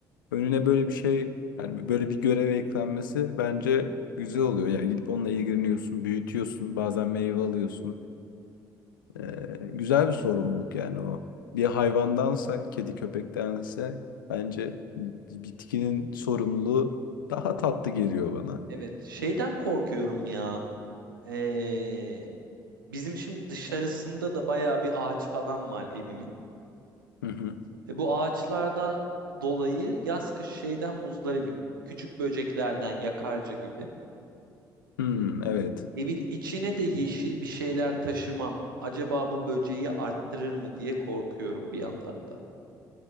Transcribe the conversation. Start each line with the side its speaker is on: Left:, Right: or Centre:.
Left: önüne böyle bir şey yani böyle bir görev eklenmesi bence güzel oluyor. Yani gidip onunla ilgileniyorsun, büyütüyorsun, bazen meyve alıyorsun. Ee, güzel bir sorumluluk yani o. Bir hayvandansa, kedi köpektense bence bitkinin sorumluluğu daha tatlı geliyor bana.
Right: Evet. Şeyden korkuyorum ya. Ee, bizim şimdi dışarısında da bayağı bir ağaç falan var evimin.
Left: Hı hı.
Right: Ve bu ağaçlarda dolayı yaz kış şeyden muzdaribim. Küçük böceklerden yakarca gibi.
Left: Hmm, evet.
Right: Evin içine de yeşil bir şeyler taşımam. Acaba bu böceği arttırır mı diye korkuyorum bir yandan da.